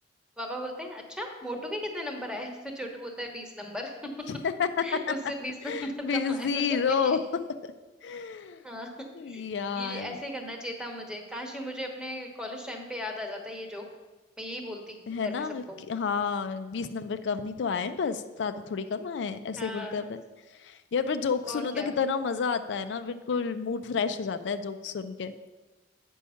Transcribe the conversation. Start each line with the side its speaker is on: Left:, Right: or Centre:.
Centre: पापा बोलते हैं अच्छा मोटू के कितने नंबर आए तो छोटू बोलता है बीस नंबर <laughs>
Left: <laughs>
Centre: उससे बीस नंबर
Left: बिजी
Centre: कम आए मेरे
Left: रो <laughs>
Centre: हाँ <laughs>
Left: यार
Centre: ये ऐसे करना चाहिए था मुझे काश ये मुझे अपने कॉलेज टाइम पे याद आ जाता ये जोक मैं यही बोलती
Left: है
Centre: घर
Left: ना
Centre: पे सबको
Left: कि- हाँ बीस नंबर कम ही तो आए हैं बस ज्यादा थोड़ी कम आए हैं ऐसे
Centre: हाँ
Left: ही बोलते हैं अपन। यार पर जोक सुनो
Centre: और
Left: तो
Centre: क्या
Left: कितना मजा आता है ना बिल्कुल मूड फ्रेश हो जाता है जोक सुन के